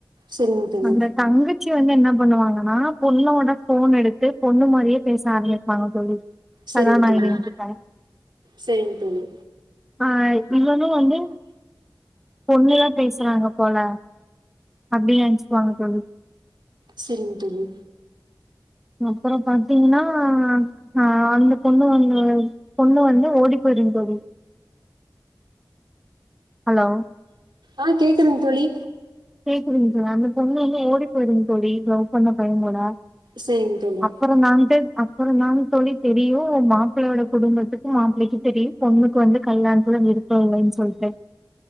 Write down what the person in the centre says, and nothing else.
அந்த டங்கு வந்து என்ன பண்ணுவாங்கன்னா பொண்ணோட போன் எடுத்து பொண்ணு மாறியே பேச ஆரம்பிப்பாங்க தோழி
கதாநாயகன்
கிட்ட
ஆ இவனு வந்து பொண்ணுதா பேசுறாங்க போல அப்டி நெனைச்சுகுவாங்க தோழி
அப்ரோ பாத்தீங்னா அ அந்த பொண்ணு வந்து பொண்ணு வந்து ஓடி போயிடு தோழி ஹலோ
கேக்குதுங்க சா அந்த பொண்ணு வந்து ஓடி போயிரு தோழி லவ் பண்ண பையங்கூட
அப்புறம் நான்டு அப்ரோ நானு தோழி தெரியு மாப்பிள்ளையோட குடும்பத்துக்கு மாப்பிள்ளைக்கும் தெரியு பொண்ணுக்கு வந்து கல்யாணத்ல விருப்பம் இல்லைன்னு சொல்ட்டு